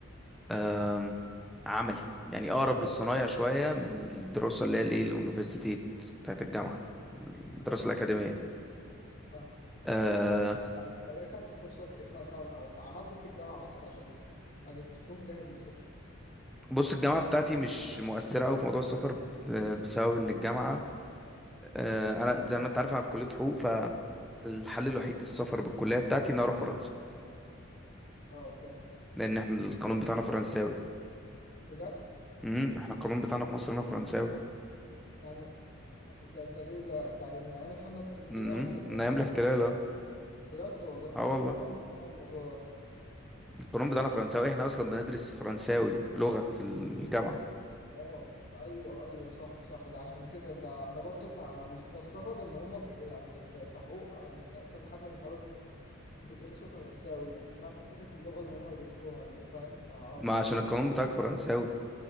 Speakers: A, in the centre; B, on the left (about 45°).
A: آم، عملي يعني أقرب
B: ايوه
A: للصنايع شوية من الدراسة اللي هي الإيه اليونيفرسيتيت بتاعت الجامعة الدراسة
B: فاهمك
A: الأكاديمية
B: فاهم- فاهمك
A: أه
B: وانت مثلا انت ايه خدت كورسات ايه مثلا او عملت ايه في الجامعه مثلا عشان يعني تكون جاهز للسفر
A: بص الجامعة بتاعتي مش مؤثرة أوي في موضوع السفر ب- بسبب إن الجامعة أه أنا زي ما أنت عارف أنا في كلية حقوق فالحل الوحيد للسفر بالكلية بتاعتي إن أنا أروح فرنسا
B: اه فاهم
A: لأن إحنا القانون بتاعنا فرنساوي
B: بجد
A: امم إحنا القانون بتاعنا في مصر هنا فرنساوي
B: يعني ده, ده ليه ده ده من ايام الحمله الفرنسيه
A: امم
B: يعني ولا
A: من
B: ايه
A: أيام الاحتلال أه
B: بجد والله
A: آه والله
B: اه انا فاهم الموضوع ده
A: القانون بتاعنا فرنساوي إحنا أصلا بندرس فرنساوي لغة في الجامعة
B: اه أوك- ايوه ايوه صح صح ده عشان كده ده انا برضو ج- انا مس- بستغرب ان هم في يعني في, في حقوق انا كذا حد من صحابي في حقوق بيدرسوا فرنساوي يعني مش عارف إيه فكره اللغه ان هم يدرسوها يعني فاهم ما اعرفش
A: ما عشان القانون بتاعك فرنساوي